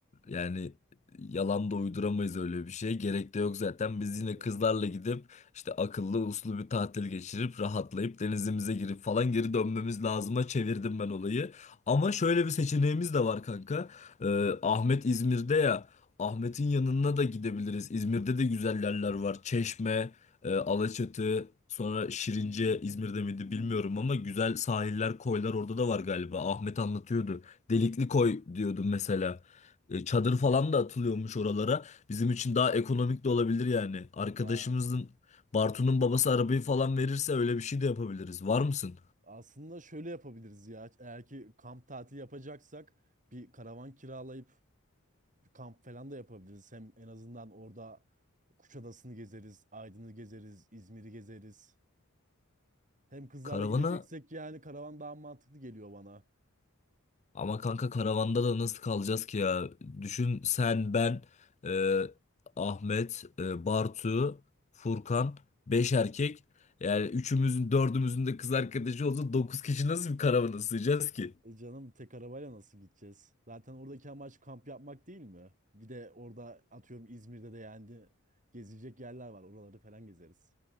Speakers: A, on the left; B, on the right.
A: Yani yalan da uyduramayız öyle bir şey. Gerek de yok zaten. Biz
B: Evet
A: yine
B: evet.
A: kızlarla gidip işte akıllı uslu bir tatil geçirip rahatlayıp denizimize girip falan geri dönmemiz lazıma çevirdim ben olayı. Ama şöyle bir seçeneğimiz de var kanka. Ee, Ahmet İzmir'de ya. Ahmet'in yanına da gidebiliriz. İzmir'de de güzel yerler var. Çeşme, e, Alaçatı, sonra Şirince İzmir'de miydi bilmiyorum ama güzel sahiller, koylar orada da var galiba. Ahmet anlatıyordu. Delikli koy diyordu mesela. E, Çadır falan da atılıyormuş oralara. Bizim için daha ekonomik de olabilir yani. Arkadaşımızın
B: Aa,
A: Bartu'nun babası arabayı falan verirse öyle bir şey de yapabiliriz. Var mısın?
B: aslında şöyle yapabiliriz ya. Eğer ki kamp tatili yapacaksak bir karavan kiralayıp bir kamp falan da yapabiliriz. Hem en azından orada Kuşadası'nı gezeriz, Aydın'ı gezeriz, İzmir'i gezeriz. Hem kızlarla
A: Karavana
B: gideceksek yani karavan daha mantıklı geliyor bana.
A: ama kanka karavanda da nasıl kalacağız ki ya? Düşün sen ben e, Ahmet, e, Bartu, Furkan 5 erkek. Yani üçümüzün dördümüzün de kız arkadaşı olsa 9 kişi nasıl bir karavana sığacağız ki?
B: E canım tek arabayla nasıl gideceğiz? Zaten oradaki amaç kamp yapmak değil mi? Bir de orada atıyorum İzmir'de de yani gezilecek yerler var. Oraları falan gezeriz.